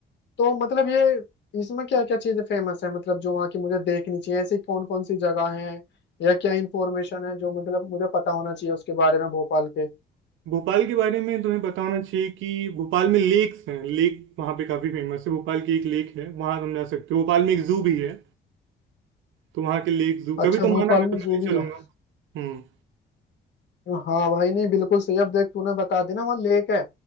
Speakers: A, on the left (about 60°); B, on the right (about 80°).
A: तो मतलब ये इसमें क्या क्या चीजें फेमस है मतलब जो वहाँ की मुझे देखनी चाहिए ऐसी कौन कौन सी जगह है या क्या इंफॉर्मेशन है जो मतलब मुझे पता होना चाहिए उसके बारे में भोपाल के
B: भोपाल के बारे में तुम्हें पता होना चाहिए कि भोपाल में लेक्स हैं लेक वहाँ पे काफी फेमस है भोपाल की एक लेक है वहाँ तुम जा सकते हो भोपाल में एक जू भी है तो वहाँ के लेक जू कभी
A: अच्छा
B: तुम
A: भोपाल
B: आना मैं
A: में
B: तुम्हें
A: जू
B: ले
A: भी
B: चलूंगा
A: है
B: हम्म
A: हाँ भाई नहीं बिल्कुल सही अब देख तूने बता दी ना वहाँ लेक है